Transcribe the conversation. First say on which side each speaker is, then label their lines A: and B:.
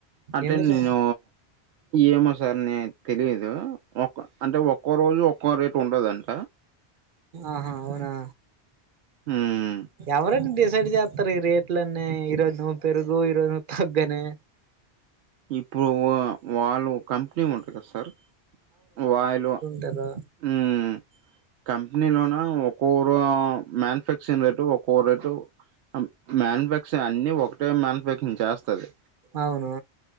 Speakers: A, on the right; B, on the right.
A: అంటే
B: ఎందుకు
A: నేను ఏమో సార్ని తెలీదు ఒక్ అంటే ఒక్కో రోజు ఒక్కో రేటు ఉండదండి
B: ఆహా అవు నా
A: ఉమ్
B: యవరండి డిసైడ్ చేత్తరు ఈ రేట్లన్నీ ఈరోజు నువ్వు పెరుగు ఈరోజు నువ్వు తగ్గనే
A: ఇప్పుడు వ వాళు కంపెనీ ఉంటది గా సార్ వాయిలు
B: దదా
A: ఊమ్ కంపెనీ లోన ఒక్కోరా మ్యానుఫ్యాక్చరింగ్ రేటు ఒక్కొ రేటు అం మ్యానుఫ్యాక్చ అన్ని ఒకటే మ్యానుఫ్యాక్చరింగ్ చేస్తది
B: అవును